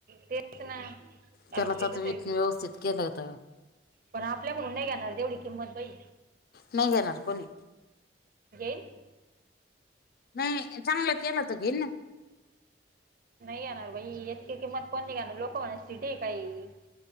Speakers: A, on the right (about 50°); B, on the left (about 55°).
A: तेच ना
B: त्यालाच
A: ते
B: आता
A: कसं
B: वेतली
A: आहे
B: व्यवस्थित केलं होत
A: पण आपल्याकडून नाही घेणार तेवढी किंमत बाई
B: नाही घेणार कोणी
A: <unintelligible>
B: नाही चांगलं केलं तर घेईन ना
A: नाही घेणार बाई इतकी किंमत कोण नाही घेणार लोक म्हणाल सिटी आहे का हे